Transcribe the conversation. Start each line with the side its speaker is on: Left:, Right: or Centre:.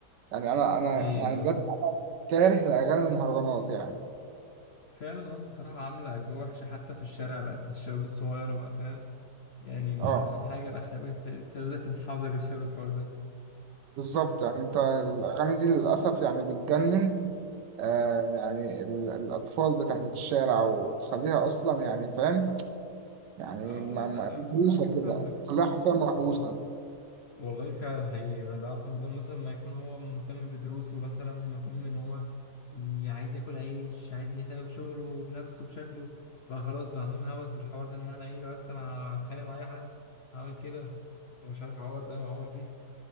Right: يعني أنا أنا
Left: ايوه
Right: يعني بجد كاره لأغاني المهرجانات يعني
Left: فعلا هم بصراحة عاملة أجواء وحشة حتى في الشارع بقت الشباب الصغيرة بقى فاهم يعني مش
Right: اه
Left: أحسن حاجة الأخلاقية ابت- ابتدت تنحدر بسبب الحوار ده
Right: بالظبط يعني انت الاغاني دي للاسف يعني بتجنن آه يعني ال- الاطفال بتاعت الشارع وتخليها اصلا يعني فاهم يعني
Left: اه
Right: ما-
Left: آه، لا
Right: ما-
Left: لا
Right: محبوسه
Left: بصراحة أنا
Right: كده
Left: فاهمك
Right: تخليها حرفيا محبوسه
Left: والله فعلا حقيقي يعني ده أصلا بدل مثلا ما يكون هو مهتم بدروسه مثلا مهتم إن هو ي- عايز ياكل عيش عايز يهتم بشغله بنفسه بشكله بقى خلاص بقى عندهم هوس بالحوار ده إن أنا إيه لو بس أنا هتخانق مع أي حد هعمل كده ومش عارف أعور ده وأعور دي